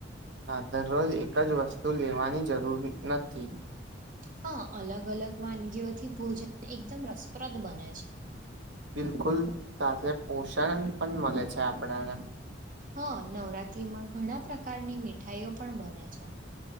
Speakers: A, on the right (about 70°); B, on the right (about 45°).
A: હા દરરોજ એક જ વસ્તુ લેવાની જરૂર નથી
B: હા અલગ અલગ વાનગીઓથી ભોજન એકદમ રસપ્રદ બને છે
A: બિલકુલ સાથે પોષણ પણ મળે છે આપણને
B: હા નવરાત્રીમાં ઘણા પ્રકારની મીઠાઈઓ પણ બને છે.